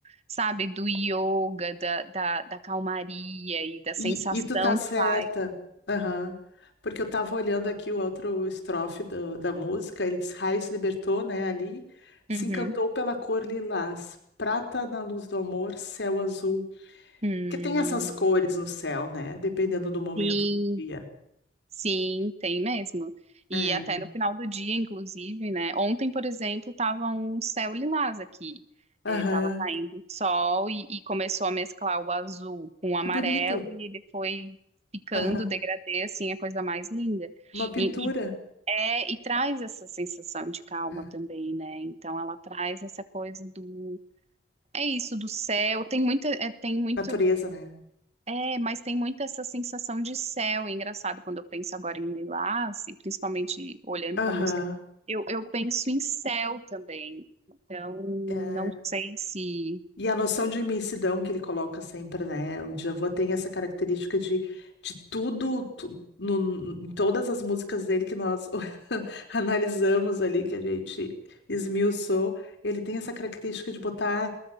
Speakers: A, on the right; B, on the left.
A: sabe, do yoga, da, da, da calmaria e da sensação
B: e, e tu tá certa.
A: de paz.
B: Aham. Porque eu tava olhando aqui o outro estrofe do- da música, ele diz, raio se libertou, né, ali, se
A: Uhum.
B: encantou pela cor lilás, prata na luz do amor, céu azul.
A: Hum,
B: Porque tem essas cores no céu, né, dependendo do momento
A: sim.
B: do dia.
A: Sim, tem mesmo.
B: É.
A: E até no final do dia, inclusive, né? Ontem, por exemplo, tava um céu lilás aqui. É,
B: Aham.
A: tava caindo sol e, e começou a mesclar o azul com o
B: Que
A: amarelo
B: bonito.
A: e ele foi ficando
B: Aham.
A: degradê, assim, a coisa mais linda.
B: Uma pintura.
A: E, e, é, e traz essa sensação de calma
B: É.
A: também, né? Então ela traz essa coisa do... É isso, do céu. Tem muita, é, tem muito
B: Natureza, né?
A: é, mas tem muito essa sensação de céu. E Engraçado quando eu penso agora em Lilás, e principalmente olhando
B: Aham.
A: para a música, eu, eu penso em céu também. Então,
B: É.
A: não sei se.
B: E a noção de imensidão que ele coloca sempre, né? O Djavan tem essa característica de, de tudo, tu- no- em todas as músicas dele que nós <laughs> analisamos ali, que a gente esmiuçou, ele tem essa característica de botar